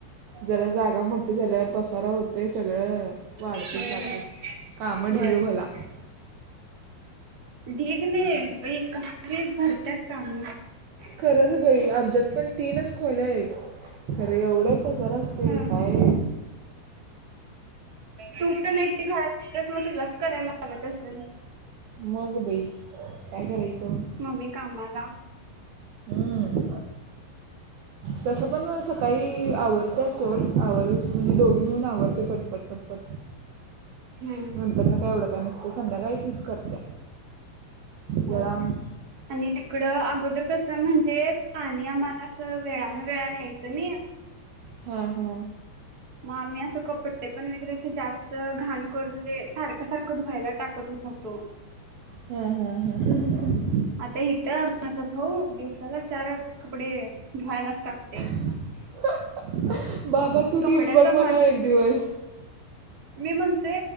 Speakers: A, on the right (about 65°); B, on the right (about 25°).
A: जरा जागा मोठी झाल्यावर पसारा होतंय सगळं वाढतच
B: होय
A: जातंय कामं
B: होय
A: ढिग भला.
B: ढीग नाही बाई कसली भरत्यात काम.
A: खरंच बाई आमच्यात पण तीनच खोल्या आहेत खरं एवढं पसारा असतोय
B: ह
A: काय
B: तू पण एकटी घरात असतीयास मग तुलाच करायला लागत असंन?
A: मग बाई काय करायचं.
B: मम्मी कामाला
A: हम्म तसं पण सकाळी अ.. आवरतंय सोड. आवरून, म्हणजे दोघी मिळून आवरतोय पट पट पट
B: हम्म
A: नंतर न काय एवढं काय नसते संध्याकाळी तीच करते. जरम
B: होय. आणि तिकड अगोदर कसं म्हणजे पाणी आम्हाला असं वेळान वेळा यायचं नई.
A: हा हा.
B: मग आम्ही असं कपडे पण वैगरे जास्त घाण करून म्हणजे सारख सारखं धुवायला टाकत नव्हतो.
A: हम्म.. हम्म.. हम्म
B: आता इथं माझा भाऊ दिवसाला चार आठ कपडे धुवायलाच टाकतय.
A: ह... बाबा तू
B: कपड्याचा
A: देऊन बघ
B: माझ
A: मनाव एक दिवस
B: मी म्हणते